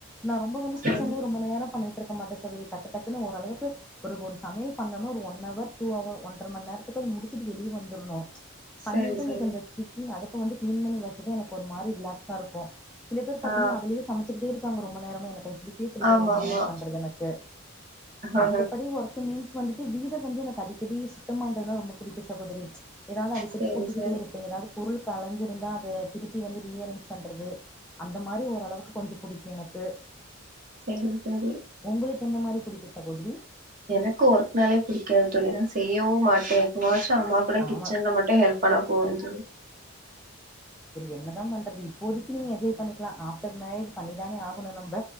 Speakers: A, in the centre; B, on the right (about 40°).
A: நா ரொம்ப வந்து
B: சரி
A: கிச்சன்லே ரொம்ப நேரோ பண்ணிட்டு இருக்க மாட்டேசகோதரி டக்கு டக்குன்னு ஓரளவுக்கு ஒரு ஒரு சமையல் பண்ணனா ஒரு ஒன் ஹவர் டு ஹவர் ஒன்றர மண் நேரத்துலே முடிச்சுட்டு வெளிய வந்துரணு பண்ணிட்டு
B: சரி
A: எனக்கந்த
B: சரி
A: இந்த <unintelligible> அந்த அடுப் அடுப்ப வந்து கிளீன் பண்ணி வச்சதா எனக்கு ஒரு மாரி ரிலாக்ஸா இருக்கு சில பேர் பாத்தீங்கனா
B: ஆ
A: அதுலேய சமைச்சுட்டே இருப்பாங்க ரொம்ப நேரமே எனக்கு அது பிடிக்கவே பிடிக்கது
B: ஆமா
A: ரொம்ப
B: ஆமா
A: நேரோ பண்றது எனக்கு
B: ஆஹ
A: மத்தபடி ஒர்கு மீன்ஸ் எனக்கு வந்துட்டு வீட வந்து எனக்கு அடிக்கடி சுத்தபற்றதுன ரொம்ப பிடிக்கு சகோதரி ஏதாவது எப்டி
B: சேரி
A: கூட்டிகிக்கிட்டே
B: சரி
A: இருப்பேங்க ஏதாவது பொருள் கலஞ்சிருந்தா அத திருப்பி வந்து ரீ அரேஞ்ச் பண்ணுறது அந்த மாதிரி ஓரளவுக்கு கொஞ்சோ புடிக்கு எனக்கு
B: சேரி சேரி
A: உங்களுக்கு எந்த மாரி புடிக்கு சகோதரி
B: எனக்கு ஒர்க்னாலே பிடிக்காது தோழி செய்யவு மாட்டே அம்மா கூட
A: ஆமா
B: கிச்சன்ல மட்டும் ஹெல்ப் பண்ணா போதும்
A: என்ன தான் பண்றது இப்போதைக்கு நீங்க என்ஜாய் பண்ணிக்லா ஆவ்டர் மேரஜ் பண்ணித்தானே ஆகணு நம்ப